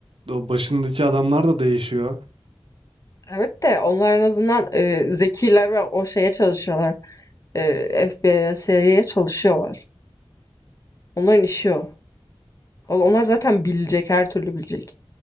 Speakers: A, on the right (about 70°); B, on the left (about 35°).
A: O başındaki adamlar da değişiyor.
B: Evet de onlar en azından e, zekiler ve o şeye çalışıyorlar. E, FBI'ye, CIA'ye çalışıyorlar. Onların işi o. O- Onlar zaten bilecek, her türlü bilecek.